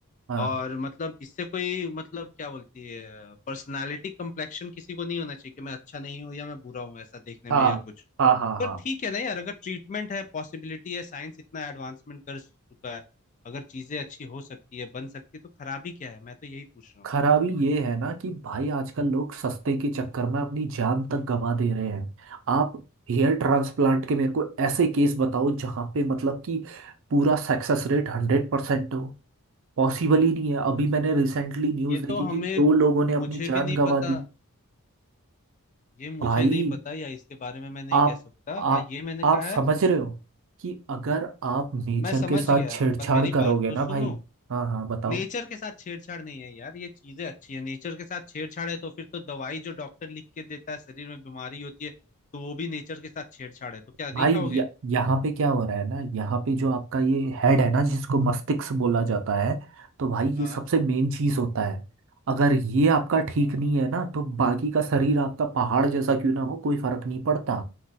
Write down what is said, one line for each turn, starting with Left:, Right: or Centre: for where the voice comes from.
Right: हाँ
Left: और मतलब इससे कोई मतलब क्या बोलती है पर्सनालिटी कम्प्लेक्शन किसी को नहीं होना चाहिए कि मैं अच्छा नहीं हूँ या मैं बुरा हूँ ऐसा देखने
Right: हाँ
Left: में या कुछ
Right: हाँ हाँ हाँ
Left: पर ठीक है ना यार अगर ट्रीटमेंट है पॉसिबिलिटी है साइंस इतना एडवांसमेंट कर चुका है अगर चीजें अच्छी हो सकती है बन सकती है तो खराबी क्या है मैं तो यही पूछ रहा
Right: खराबी
Left: हूँ
Right: ये है ना कि भाई आजकल लोग सस्ते के चक्कर में अपनी जान तक गंवा दे रहे हैं आप हेयर ट्रांसप्लांट के मेरे को ऐसे केस बताओ जहाँ पे मतलब कि पूरा सक्सेस रेट हंड्रेड परसेंट हो पॉसिबल ही नहीं है अभी मैंने रिसेंटली न्यूज़
Left: ये
Right: देखी
Left: तो हमें
Right: कि दो लोगों ने अपनी
Left: मुझे
Right: जान
Left: भी नहीं
Right: गंवा
Left: पता
Right: दी
Left: ये मुझे
Right: भाई
Left: नहीं पता या इसके बारे में मैं नहीं
Right: आप
Left: कह सकता
Right: आ,
Left: हाँ ये मैंने
Right: आप
Left: कहा
Right: समझ
Left: है
Right: रहे हो कि अगर आप नेचर
Left: मैं समझ
Right: के साथ
Left: गया
Right: छेड़छाड़
Left: पर मेरी
Right: करोगे
Left: बात तो
Right: ना
Left: सुनो
Right: भाई हाँ हाँ बताओ
Left: नेचर के साथ छेड़छाड़ नहीं है यार ये चीजें अच्छी है नेचर के साथ छेड़छाड़ है तो फिर तो दवाई जो डॉक्टर लिख के देता है शरीर में बीमारी होती है तो वो भी नेचर के साथ छेड़छाड़ है तो क्या नहीं
Right: भाई
Left: खाओगे
Right: य, यहाँ पे क्या हो रहा है ना यहाँ पे जो आपका ये हेड है ना जिसको मस्तिष्क बोला जाता है तो भाई
Left: हाँ
Right: ये सबसे मेन चीज होता है अगर ये आपका ठीक
Left: हाँ
Right: नहीं है ना तो बाकी का शरीर आपका पहाड़ जैसा क्यों ना हो कोई फर्क नहीं पड़ता